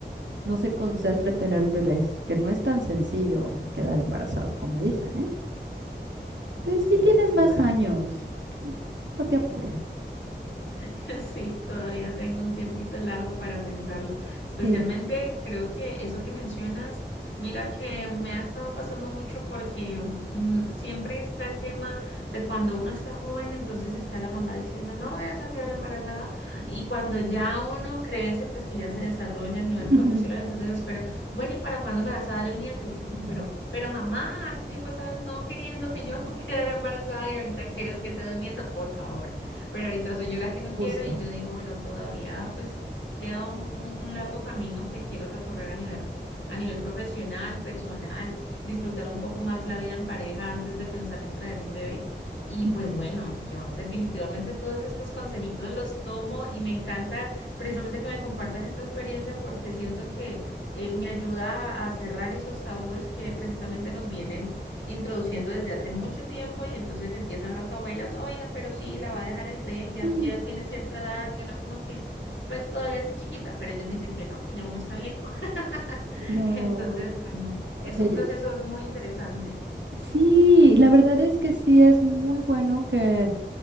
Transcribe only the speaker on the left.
Sí,
bueno.
<laughs> Sí, todavía tengo un tiempito largo para pensarlo. Especialmente
creo que eso que mencionas, mira que me ha estado pasando mucho porque mm, siempre está el tema de cuando uno está joven, entonces está la mamá diciendo, no vayas a quedar embarazada. Y cuando ya uno crece, pues que ya se desarrolla a nivel
profesional, entonces esperan, bueno, ¿y para cuándo me vas a dar el nieto? Y yo como,
pero, pero mamá, hace tiempo estabas no queriendo que yo <laughs> quedara embarazada y ahorita quieres que te dé un nieto, por favor. Pero ahorita soy yo la que no
quiero y yo digo, bueno, todavía pues queda un, un- un largo camino que quiero recorrer a nivel, a nivel profesional, personal, disfrutar un poco más la vida en pareja antes de pensar en traer un bebé. Y
pues bueno, yo definitivamente todos estos consejitos los tomo y me encanta precisamente que me compartas esta experiencia porque siento que eh, me ayuda a a cerrar esos tabúes que precisamente nos vienen introduciendo desde hace mucho tiempo y entonces empiezan las abuelas, oiga, pero sí, la va a dejar el tren, ya,
ya tiene cierta edad y uno como que, pues todavía está chiquita, pero ellos dicen que no, que ya uno está viejo. <laughs>
Entonces,
bueno,
es
un
proceso muy interesante.